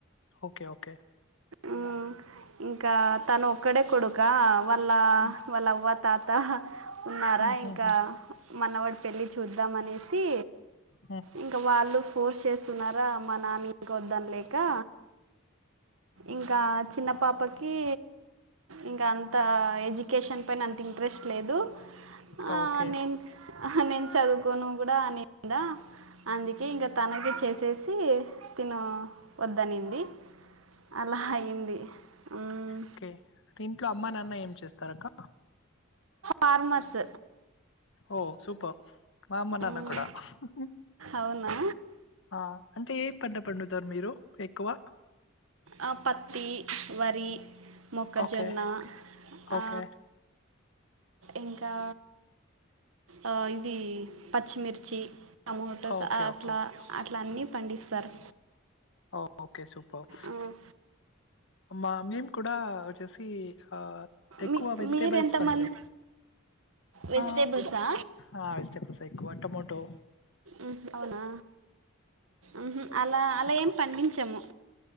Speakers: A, on the left; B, on the right.
A: ఓకే ఓకే
B: ఊ ఇంకా తను ఒక్కడే కొడుకా వాళ్ళ
A: హ్మ్.
B: వాళ్ళవ్వ తాత ఉన్నారా
A: హ్మ్. హ్మ్.
B: ఇంకా
A: హ్మ్.
B: మనవుడి పెళ్ళి చూద్దాం అనేసి
A: హ్య
B: ఇంకా వాళ్ళు ఫోర్స్ చేస్తున్నారా మా నాన్ని ఇంకోద్దన్లేకా ఇంకా చిన్న పాపకీ ఇంకా అంత ఎడ్యుకేషన్ పైనా అంత ఇంట్రెస్ట్ లేదు.
A: ఓకే
B: ఆ నేన్ ఆహా నేను చదువుకోను కూడా అనిందా అందుకే ఇంకా తనకే చేసేసి తిను వద్దనింది అలా అయింది మ్,
A: ఓకే ఇంట్లో అమ్మా నాన్న ఏం చేస్తారక్క
B: ఫార్మర్స్
A: ఓ సూపబ్ మా అమ్మ నాన్న
B: మ్,
A: కూడా అహహు
B: అవునా
A: ఆ అంటే ఏం పంట పండుతారు మీరు ఎక్కువ
B: ఆ పత్తి వరి మొక్కజొన్న
A: ఓకే
B: ఆ
A: ఓకే
B: ఇంకా ఆ ఇది పచ్చిమిర్చి టమోటోస
A: ఓకే
B: అట్లా
A: ఓకే
B: అట్లా అన్ని పండిస్తారు
A: ఆ ఓకే సూపర్
B: ఆ,
A: మా మేము కూడా వోచ్చేసి హా ఎక్కువ
B: మీ
A: వెజిటేబెల్స్
B: మీరెంతమంది
A: పండుదాం
B: వెజిటేబుల్సా
A: ఆ ఆ వెజిటెబుల్స్ ఎక్కువ టమోటో
B: ఉహు అవునా ఉహు అలా అలా
A: ఎక్కువ
B: ఏం పండించము